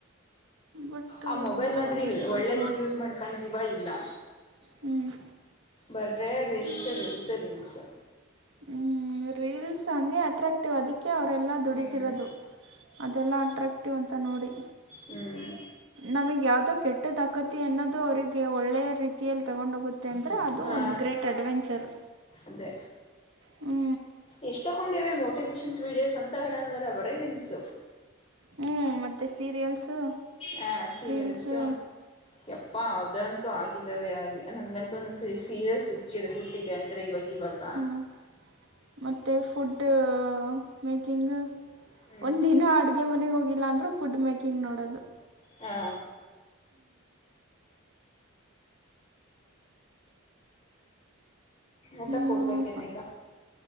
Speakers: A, on the right; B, on the left.
A: ಬಟ್
B: ಆ ಮೊಬೈಲ್ನಾದ್ರೂ
A: ಓದೋದು ಸ್ಟಾರ್ಟ್
B: ಒಳ್ಳೇದಕ್ ಯೂಸ್ ಮಾಡ್ಕೊಂತೀವಾ ಇಲ್ಲಾ
A: ಹ್ಮ‌.
B: ಬರ್ರೇ ರಿಲ್ಸು ರಿಲ್ಸು ರಿಲ್ಸು
A: ಹ್ಮ್ ರೀಲ್ಸ್ ಹಂಗೆ ಅಟ್ರಾಕ್ಟ್ ಅಕ್ಟಿವ್ ಅದಕ್ಕೆ ಅವರೆಲ್ಲ ದುಡಿತಿರೋದು
B: ಹ್ಮ್
A: ಅದೆಲ್ಲಾ ಅಟ್ರಾಕ್ಟಿವ್ ಅಂತ ನೋಡಿ
B: ಹ್ಮ್ಮ್.
A: ನಮಗೆ ಯಾವುದೋ ಕೆಟ್ಟದಾಕತಿ ಅನ್ನೋದು ಅವರಿಗೆ ಒಳ್ಳೆಯ ರೀತಿಯಲ್ಲಿ ತಗೊಂಡ ಹೋಗು ತ್ತೆ ಅಂದ್ರೆ ಅದು
B: ಹ
A: ಒಂದು ಗ್ರೇಟ್ ಅಡ್ವೆಂಚರ್
B: ಅದೇ
A: ಹ್ಞೂ
B: ಇಷ್ಟಕೊಂಡಿವೆ ಮೋಟಿವೇಶನ್ಸ್ ವಿಡಿಯೋಸ್ ಅಂತವೆಲ್ಲ ನೋಡಲ್ಲ ಬರೆ ರೀಲ್ಸು
A: ಹ್ಮ್ಹೂ ಮತ್ತೆ ಸೀರಿಯಲ್ಸು
B: ಹ ಸೀರಿಯಲ್ಸು
A: ರೀಲ್ಸು
B: <inaudible> ಎಪ್ಪಾ ಅದಂತೂ ಆಗಿದ್ದಾವೆ ಆ ನಮ್ಗ ಮತ್ತೊಂದ ಸೀ ಸೀರಿಯಲ್ಸ್ ಹುಚ್ ಹಿಡಿದ್ ಬಿಟ್ಟಿದೆ ಅಂದ್ರೆ ಇವಾಗ ಇವಾಗ
A: <inaudible> ಮತ್ತೆ ಫುಡ್ ಅ ಮೇಕಿಂಗ್
B: ಹ್ಮ್
A: ಒಂದ್ ದಿನಾ ಅಡ್ಗೆ ಮನೆಗೆ ಹೋಗಿಲ್ಲ ಅಂದ್ರೂ ಫುಡ್ ಮೇಕಿಂಗ್ ನೋಡದು
B: ಹಾ ಊಟಕ್ಕೆ
A: ಏನೋಪ್ಪ
B: ಹೋಗ್ಬೇಕೆನ ಈಗ